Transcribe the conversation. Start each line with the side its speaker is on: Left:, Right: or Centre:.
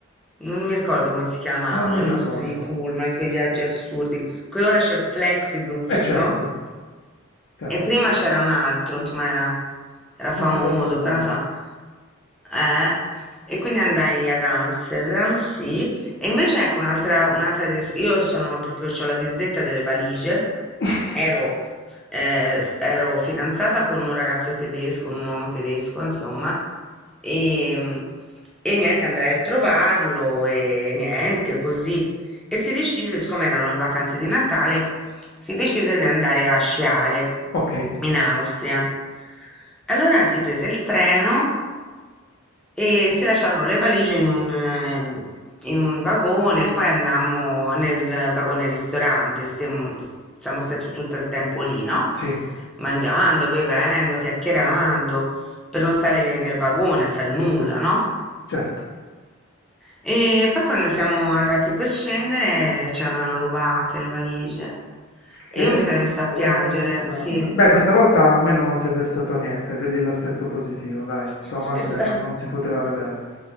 Centre: Non mi ricordo come si chiamavano
Left: non mi
Centre: i
Left: ricordo.
Centre: nostri pullman, quei viaggi assurdi. Qui ora c'è Flexibus,
Left: Eh certo,
Centre: no?
Left: certo,
Centre: E prima c'era un altro, insomma, era, era
Left: non
Centre: famoso,
Left: ce li ho presenti.
Centre: però insomma, eh. E quindi andai ad Amsterdam, sì. E invece ecco un'altra, un'altra, dis- io sono proprio, ho la disdetta delle valigie.
Left: <laughs>
Centre: Ero eh, s- ero fidanzata con un ragazzo tedesco, un uomo tedesco, insomma, e, e niente, andrai a trovarlo e niente, così. E si decise, siccome erano le vacanze di Natale, si decise di andare a sciare
Left: Ok.
Centre: in Austria. Allora si prese il treno e si lasciarono le valigie in un, ehm, in un vagone, poi andammo nel vagone ristorante, stiamo- s- siamo stati tutto il tempo lì, no?
Left: Sì,
Centre: Mangiando, bevendo, chiacchierando, per non stare nel vagone a fare nulla, no?
Left: certo.
Centre: E poi quando siamo andati per scendere ce l'avevano rubate le valigie. E
Left: Che
Centre: io mi sarei messa
Left: cosa?
Centre: a piangere, sì.
Left: Beh, questa volta almeno non si è versato niente, vedi l'aspetto positivo, dai,
Centre: <laughs>
Left: tua madre
Centre: Esatto.
Left: non, non si poteva arrabbiare.